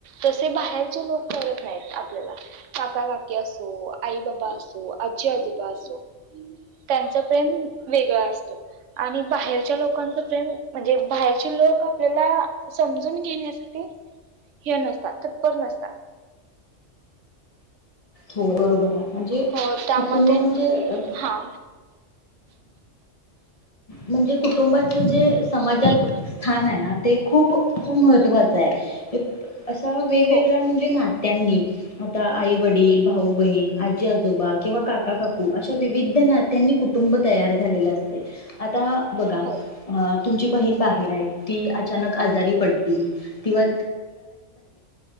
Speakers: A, on the right (about 75°); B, on the left (about 30°).
A: तसे बाहेरचे लोक करत नाहीत आपल्याला काका-काकी असो आई- बाबा असो आजी-आजोबा असो त्यांचं प्रेम वेगळं असतं आणि बाहेरच्या लोकांच प्रेम म्हणजे बाहेरचे लोक आपल्याला समजून घेण्यासाठी ते हे नसतात तत्पर नसतात
B: हो बरोबर आहे म्हणजे
A: हो त्यामध्ये
B: कुटुंब म्हणजे अ
A: हा
B: म्हणजे कुटुंबाच जे समाजात
A: एक
B: स्थान आहे ना ते खूप असं महत्त्वाचं आहे असा वेगवेगळ्या
A: हो
B: म्हणजे नात्यांनी आता आई-वडील, भाऊ- बहीण, आजी -आजोबा किंवा काका काकू अशा विविध नात्यांनी कुटुंब तयार झालेला असत. आता बघा
A: हो
B: <unintelligible> तुमची बहीण बाहेर आहे ती अचानक आजारी पडली, अ